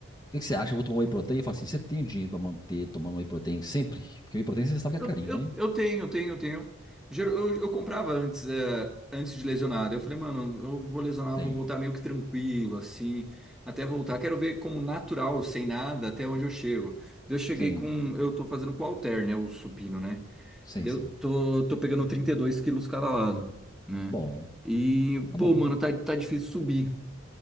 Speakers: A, on the left (about 20°); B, in the centre.
A: O que que você acha? Eu vou tomar whey protein? Eu falo assim: você tem o dinheiro pra manter tomando whey protein sempre? Porque whey protein você sabe que é
B: Eu,
A: carinho,
B: eu,
A: né?
B: eu tenho, tenho, tenho. Ger-
A: Ah,
B: Eu, eu comprava antes, é, antes de lesionar. Daí Eu falei, mano, eu vou lesionar,
A: Tem,
B: vou voltar meio que tranquilo, assim, até voltar. Quero ver como natural, sem nada, até onde eu chego. Daí Eu cheguei
A: tem,
B: com. Eu tô fazendo com o halter, né? O supino, né?
A: sim,
B: Daí
A: sim.
B: Eu tô, tô pegando 32 quilos cada lado, né?
A: Bom,
B: E,
A: tá
B: pô,
A: bom.
B: mano, tá, tá difícil subir.